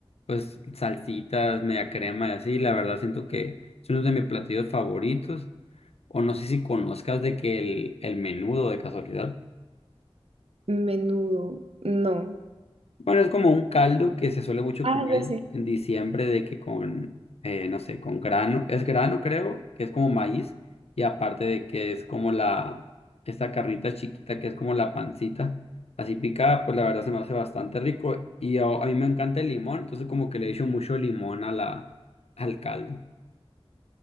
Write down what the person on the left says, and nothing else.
pues salsitas, media crema y así. La verdad siento que es uno de mis platillos favoritos. O no sé si conozcas de que el, el menudo de casualidad.
Bueno, es como un caldo que se suele mucho
comer
en,
en diciembre de que con, eh, no sé, con grano, es grano creo, que es como maíz, y aparte de que es como la, esta carnita chiquita que es como la pancita, así picada, pues la verdad se me hace bastante rico, y a, a mí me encanta el limón, entonces como que le echo mucho limón a la, al caldo.